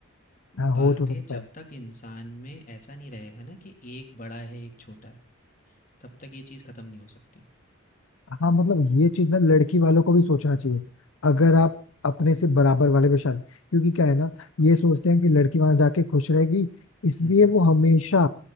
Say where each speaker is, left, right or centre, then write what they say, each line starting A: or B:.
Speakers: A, on the left (about 75°); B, on the left (about 40°).
A: हाँ
B: बात
A: हो तो सकता
B: ये जब
A: है
B: तक इंसान में ऐसा नहीं रहेगा ना कि एक बड़ा है एक छोटा है तब तक ये चीज़ खत्म नहीं हो सकती
A: हाँ मतलब
B: और
A: ये चीज ना लड़की वालों को भी सोचना चाहिए अगर
B: हुँ,
A: आप
B: हुँ,
A: अपने से बराबर वाले पे शादी क्योंकि क्या है ना ये सोचते हैं कि लड़की वहां जाके खुश रहेगी इसलिए
B: हुँ, हुँ,
A: वो हमेशा